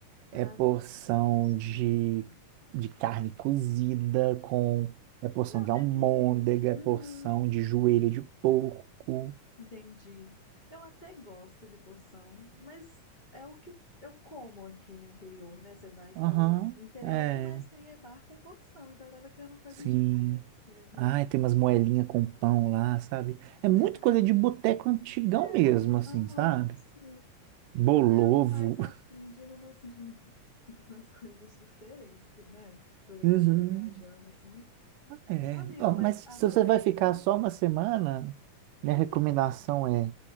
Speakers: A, on the left (about 30°); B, on the right (about 80°).
A: Ah,
B: é porção
A: não, eu não gosto
B: de,
A: muito de.
B: de carne cozida com, é porção
A: Não,
B: de almôndega,
A: é que.
B: é
A: Uhum,
B: porção de joelho de porco.
A: entendi. Eu até gosto de porção, mas é o que eu como aqui no interior, né? Você vai que
B: Aham,
A: é o o interior
B: é,
A: o que mais tem é bar com porção, então eu tava querendo coisas
B: sim.
A: diferentes mesmo.
B: Ai, tem umas moelinhas com pão lá, sabe? É
A: <laughs>
B: muito coisa de boteco antigão
A: É,
B: mesmo, assim,
A: aham,
B: sabe?
A: sim.
B: Bolovo.
A: É, eu tô mais afim
B: <laughs>
A: de ir numas, <laughs> numas coisas diferentes, que, né? Aproveitar
B: Uhum,
A: que tá viajando assim.
B: é.
A: Amigo,
B: Ó, mas
A: mas adorei,
B: se você vai ficar
A: viu?
B: só uma semana, minha
A: Uhum.
B: recomendação é